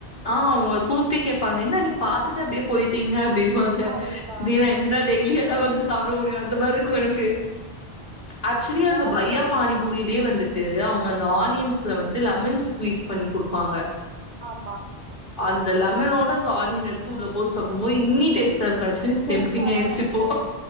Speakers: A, on the left; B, on the right.
A: ஆ உங்க கூப்பிட்டே கேடப்பாங்க என்ன அன்னைக்கு பாத்துட்டு அப்டியே போயிட்டீங்க அப்டி போங்க
B: அதுதா
A: தீனா என்னடா டெய்லி எதா வந்து சாப்பட முடியும் அந்த மாரி இருக்கும் எனக்கு ஆச்சுவலி அந்த
B: நாங்க
A: பையா
B: வந்து
A: பானிபூரியிலேயே வந்து து அவுங்க அந்த ஆனியன்ஸ்ல வந்துட்டு லெமன்ஸ் குவிஸ் பண்ணி கொடுப்பாங்க
B: ஆமா
A: அந்த லெமனோட அந்த ஆனியன் எடுத்து உள்ள போச்சு அப்போ மோ இன்னி டேஸ்டா இருக்கு ஆக்சுவலி
B: சூப்பரா
A: டெம்டிங் ஆயிடுச்சு
B: இருக்கு
A: போ